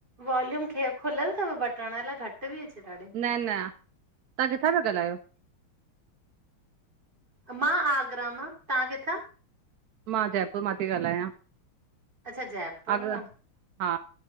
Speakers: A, on the right; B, on the right.
A: वॉल्यूम ख खुलियल थव बटण अलाए घटि ति अचे ॾाढी
B: न न, तां किथा पिया ॻाल्हायो?
A: मां आगरा मां, तां किथा?
B: मां जयपुर मां थी ॻाल्हायां
A: अच्छा जयपुर
B: आगरा
A: मां,
B: हा